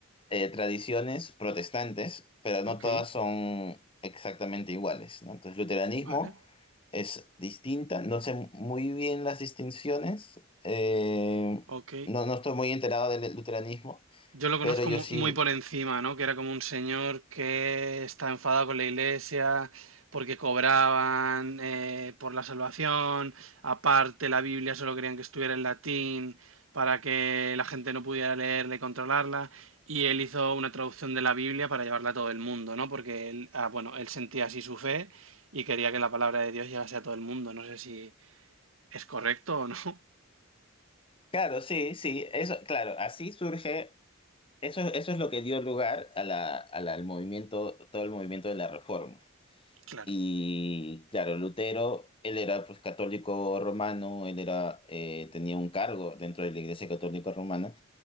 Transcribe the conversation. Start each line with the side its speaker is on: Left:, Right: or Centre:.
Left: eh, tradiciones protestantes, pero no
Right: Ok,
Left: todas son exactamente iguales, ¿no? Entonces, luteranismo
Right: vale.
Left: es distinta. No sé muy bien las distinciones. eh,
Right: Ok.
Left: no, no estoy muy enterado del luteranismo,
Right: Yo lo conozco
Left: pero yo
Right: mu-
Left: sí.
Right: muy por encima, ¿no? Que era como un señor que estaba enfadado con la iglesia porque cobraban eh, por la salvación. Aparte, la Biblia solo querían que estuviera en latín para que la gente no pudiera leerla y controlarla. Y él hizo una traducción de la Biblia para llevarla a todo el mundo, ¿no? Porque él, ah, bueno, él sentía así su fe y quería que la palabra de Dios llegase a todo el mundo. No sé si es correcto o no. <laughs>
Left: Claro, sí, sí. Eso, claro, así surge. Eso, eso es lo que dio lugar a la, a la- al movimiento, todo el movimiento de la Reforma.
Right: Claro,
Left: Y claro, Lutero, él era pues, católico romano, él era, eh, tenía un cargo dentro de la Iglesia Católica Romana.